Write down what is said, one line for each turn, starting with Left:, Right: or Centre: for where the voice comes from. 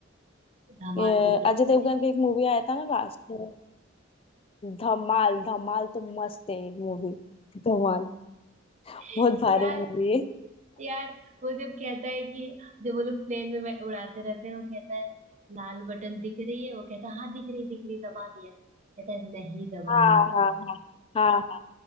Right: धमाल
Left: ये
Right: देखी तुमने
Left: अजय देवगन का एक मूवी आया था ना लास्ट में धमाल धमाल तो मस्त है मूवी धमाल
Right: <laughs>
Left: बहुत भारी
Right: यार
Left: मूवी है
Right: यार वो जब कहता है कि जब वो लोग प्लेन में बै- उड़ाते रहते हैं वो कहता है लाल बटन दिख रही है वो कहता है हाँ दिख रही दिख रही दबा दिया कहता है नहीं दबाना
Left: हाँ हाँ हाँ हाँ हाँ